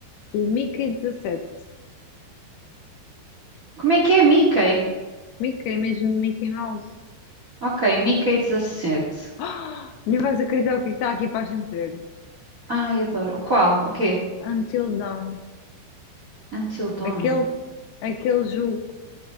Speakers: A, on the left; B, on the right.
A: o Mickey 17,
B: Como é que é Mickey?
A: Mickey, mesmo Mickey Mouse.
B: Ok, Mickey dezassete.
A: <gasps> Não vais acreditar o que é que está aqui para a gente ver.
B: Ai, adoro. O qual? O quê?
A: Until Dawn.
B: Until Dawn.
A: Aquele,
B: <gasps>
A: aquele jogo